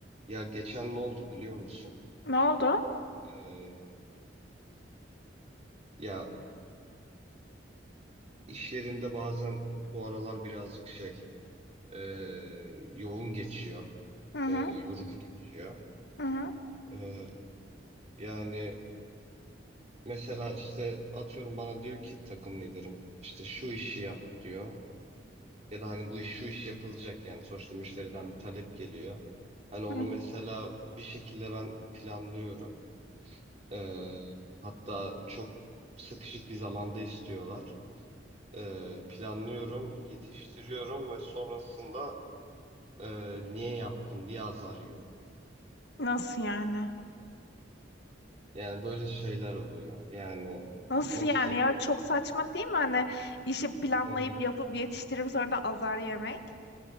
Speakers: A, on the right; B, on the left.
A: Ya geçen ne oldu biliyor musun?
B: Ne oldu?
A: Ee, ya iş yerinde bazen bu aralar birazcık şey e, yoğun geçiyor,
B: Hı hı,
A: e, yorucu geçiyor.
B: hı hı,
A: Ee, yani mesela işte atıyorum bana diyor ki takım liderim işte şu işi yap diyor. Ya da hani bu iş şu iş yapılacak yani sonuçta müşteriden bir talep geliyor. Hani onu
B: hı hı.
A: mesela bir şekilde ben planlıyorum. Ee, hatta çok sıkışık bir zamanda istiyorlar. e, planlıyorum, yetiştiriyorum ve sonrasında e, niye yaptın diye azar yiyorum.
B: Nasıl yani?
A: Yani böyle şeyler oluyor. Yani
B: Nasıl
A: nasıl?
B: yani ya? Çok saçma değil mi? Hani işi planlayıp
A: Hı hı.
B: yapıp yetiştirip sonra da azar yemek.